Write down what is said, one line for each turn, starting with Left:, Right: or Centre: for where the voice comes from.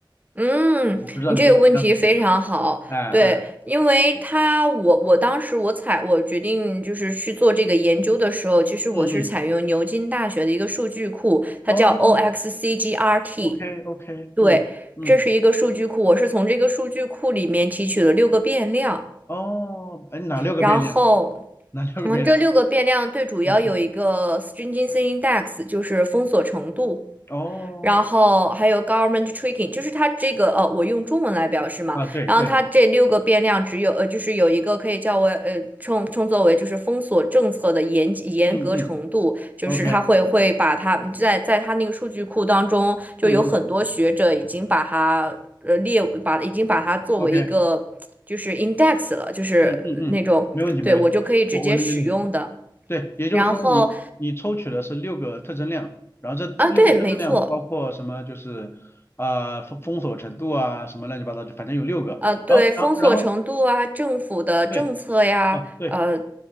Right: 嗯，
Left: 我不知道你这变量是怎么回事。
Right: 你这个问题非常好，
Left: 哎哎，
Right: 对，因为他我我当时我采我决定就是去做这个研究的时候，其实我是采用牛津大学的一个数据库，
Left: 嗯嗯，
Right: 它叫
Left: 哦
Right: OXCGRT，
Left: ，OK OK，
Right: 对，
Left: 嗯嗯，
Right: 这是一个数据库，我是从这个数据库里面提取了六个变量，
Left: 哦，哎，哪六个变量？
Right: 然后。
Left: 哪六个变量？
Right: 嗯，这六个变量最主要有一个
Left: 嗯嗯，
Right: stringency index，就是封锁程度。
Left: 哦，
Right: 然后还有 government tracking，就是它这个呃，我用中文来表示嘛。
Left: 啊，对对，
Right: 然后它这六个变量只有呃，就是有一个可以叫为呃称称作为就是封锁政策的严严格程度，
Left: 嗯嗯
Right: 就是它会会把它在在它那个数据库当中，
Left: ，OK，
Right: 就有很多学者已经把它呃列把已经把它作为一个就是
Left: 嗯嗯。OK，
Right: index 了，就是那种对我就可以直接使用的。
Left: 嗯嗯嗯，没问题没问题，我我能理解。对，也就是说你你抽取的是六个特征量，
Right: 然后
Left: 然后这特六个特征量包括什么？
Right: 啊，对，没错。
Left: 就是啊、封封锁程度啊，什么乱七八糟，就反正有六个。
Right: 呃，对，
Left: 然后然后然后
Right: 封锁程度啊，政府的政策呀，
Left: 对，哦对
Right: 呃，